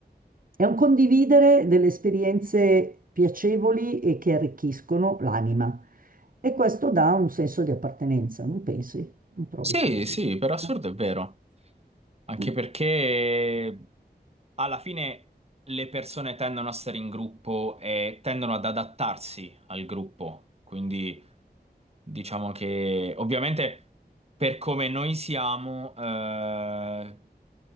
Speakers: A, on the right (about 55°); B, on the right (about 35°).
A: è un condividere delle esperienze piacevoli e che arricchiscono l'anima. E questo dà un senso di appartenenza, non pensi? Non trovi
B: sì,
A: che sia
B: sì,
A: così?
B: per assurdo
A: Eh?
B: è vero. Anche
A: Mm.
B: perché alla fine le persone tendono a stare in gruppo e tendono ad adattarsi al gruppo. Quindi diciamo che ovviamente per come noi siamo, eh,